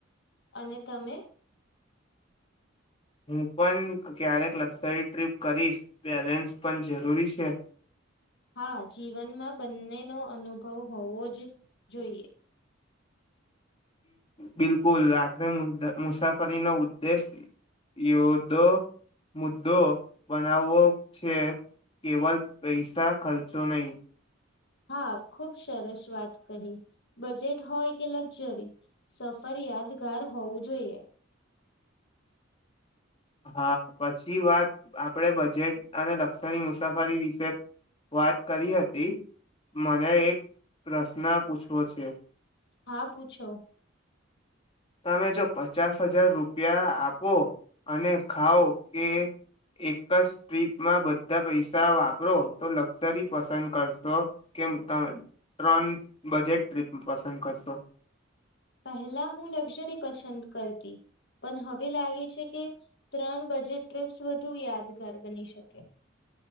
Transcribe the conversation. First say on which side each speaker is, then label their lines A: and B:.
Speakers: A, on the left; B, on the left.
A: અને તમે
B: હું પણ ક્યારેક લક્ઝરી ટ્રીપ કરીશ બેલેન્સ પણ જરૂરી છે.
A: હા જીવનમાં બંનેનો અનુભવ હોવો જ જોઈએ.
B: બિલકુલ આખરે મુસાફરીનો ઉદ્દેશ યોદો મુદ્દો બનાવવો છે કેવલ પૈસા ખર્ચો નહી
A: હા ખુબ સરસ વાત કહી બજેટ હોય કે લક્ઝરી સફર યાદગાર હોવું જોઈએ.
B: હા પછી વાત આપણે બજેટ અને લક્સરી મુસાફરી વિશે વાત કરી હતી મને એક પ્રશ્ન પૂછવો છે.
A: હા પૂછો
B: તમે જો પચાસ હજાર રૂપિયા આપો અને ખાઓ કે એક જ ટ્રીપમાં બધા પૈસા વાપરો તો લક્ઝરી પસંદ કરશો કેમ તમે ત્રણ બજેટ ટ્રીપ પસંદ કરશો
A: પહેલા હું લક્ઝરી પસંદ કરતી પણ હવે લાગે છે કે ત્રણ બજેટ ટ્રીપ્સ વધુ યાદગાર બની શકે